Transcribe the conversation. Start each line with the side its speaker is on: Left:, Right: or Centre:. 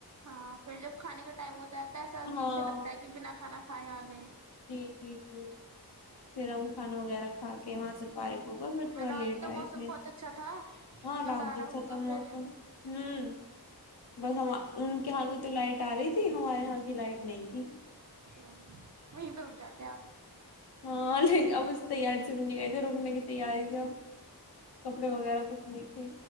Right: ہاں پھر جب کھانے کا ٹم ہوتا ہے ایسا عجیب
Left: ہاں
Right: سے لگتا ہے کہ بنا کھانا <inaudible> آ گے
Left: جی جی جی پھر ا کھانا وغیرہ کھا کے وہاں سے فارغ ہو کر پھر تھوڑا
Right: رات
Left: لیٹ
Right: بھی تو
Left: آئے
Right: موسم
Left: تھے
Right: بہت اچھا تھا
Left: ہاں
Right: مزارا
Left: رات بھی
Right: ہوگا
Left: اچھا
Right: پھر
Left: موسم ہوں بس ان کے یہاں کی تو لائٹ آ رہی تھی ہمارے یہاں کی لائٹ نہیں تھی
Right: ہ <inaudible> وہیں ادھر ا جاتے آپ
Left: ہاں ل اب تیاری سے بھی نکئی تھے رکنے کی تیاری سب کپڑے وغیرہ کچھ نہیں تھے